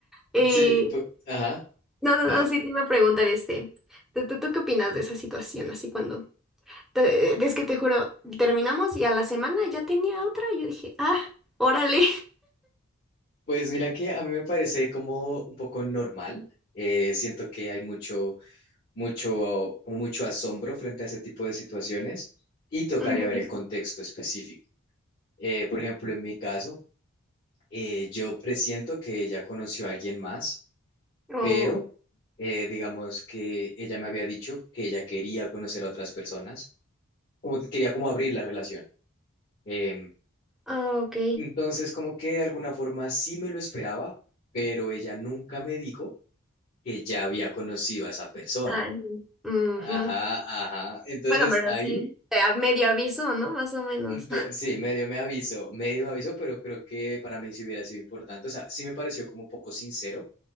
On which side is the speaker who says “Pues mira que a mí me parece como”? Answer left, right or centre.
Left